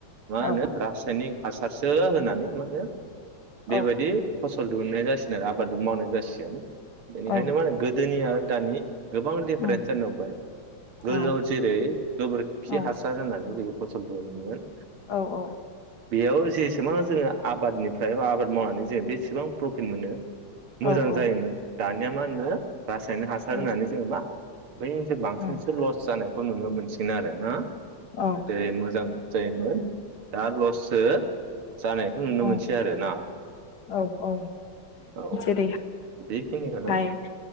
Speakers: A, on the right; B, on the left.
A: मा होनो
B: औ
A: रासायनिक हासारसो होनानै मानो बेबायदि
B: औ
A: फस फल दिहुनाय जासिगोन आरो आबाद मावनाय जासिगोन बेनिखायनो
B: औ
A: मा होनो गोदोनि आरो दानि गोबां दिफारेन्सआ
B: उम
A: नुबाय गोदोआव
B: औ
A: जेरै गोबोरखि
B: औ
A: हासार होननानै जो फसल दिहुनोमोन।
B: औ औ
A: बेयाव जेसेबां जोङो आबादनिफ्राय बा आबाद मावनानै जोङो बेसेबां प्रफिट मोनो
B: औ
A: मोजां जायोमोन
B: औ
A: दानिया मा होनो रासायनिक हासार
B: उम
A: होनानै जोङो मा बैनोस बांसिनसो
B: उम
A: लस जानाय खौ नुनो मोनसिन आरो ना।
B: औ
A: जेरै मोजां जायोमोन दा लससो। जानायखौ नुनो
B: औ उम
A: मोनसै आरो ना।
B: औ औ
A: औ
B: जेरै
A: बेखिनिखौनो
B: हा य